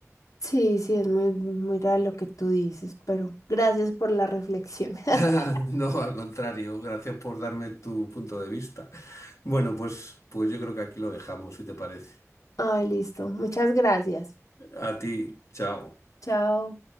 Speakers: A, on the left; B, on the left.
A: sí, sí, es muy, muy raro lo que tú dices, pero gracias por la reflexión. <laughs>
B: <laughs> No, al contrario, gracias por darme tu punto de vista. Bueno, pues, pues yo creo que aquí lo dejamos, si te parece.
A: Ay, listo, muchas gracias.
B: A ti, chao.
A: Chao.